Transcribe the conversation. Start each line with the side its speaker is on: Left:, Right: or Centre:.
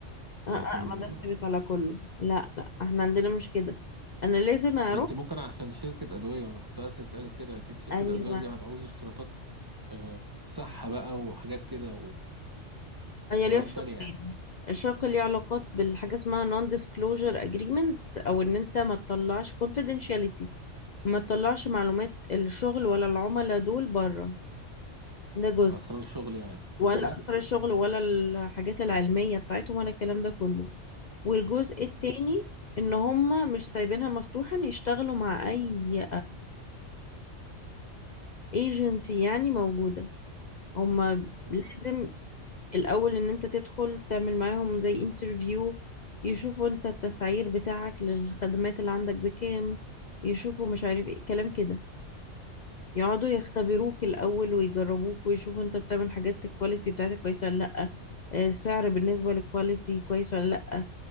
Left: اه
Right: لكن
Left: اه ما ده ثابت على كله لا لا احنا عندنا مش كده انا لازم اروح
Right: ما انت ممكن عشان شركة أدوية وأنا كنت عايز أسألك كده أكيد شركة
Left: ايوه
Right: الأدوية دي هتعوز اشتراطات آه، صحة بقى وحاجات كده
Left: هي
Right: وحوارات
Left: ليها شقين
Right: تانية يعني
Left: الشق ليه علاقات بالحاجة اسمها non disclosure agreement او ان انت ما تطلعش confidentiality ما تطلعش معلومات الشغل ولا العملاء دول بره ده جزء
Right: أسرار شغل يعني
Left: ولا
Right: أوكي
Left: أثر الشغل ولا الحاجات العلمية بتاعتهم ولا الكلام ده كله والجزء التاني ان هم مش سايبينها مفتوحة ان يشتغلوا مع اي ايجنسي يعني موجودة هم
Right: مم.
Left: لازم الاول ان انت تدخل تعمل معاهم زي انترفيو يشوفوا انت التسعير بتاعك للخدمات اللي عندك بكام يشوفوا مش عارف ايه كلام كده يقعدوا يختبروك الأول ويجربوك ويشوفوا انت بتعمل حاجات الكواليتي بتاعتك كويسة ولا لأ آه، السعر بالنسبة للكواليتي كويس ولا لأ